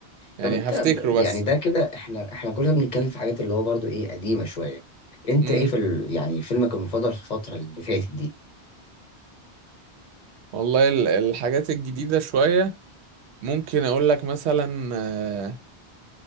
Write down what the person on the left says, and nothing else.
طب أنت
د-
يعني ده كده إحنا إحنا كلنا بنتكلم في حاجات اللي هو برضه إيه قديمة شوية أنت
إيه في ال... يعني فيلمك المفضل في الفترة اللي فاتت دي؟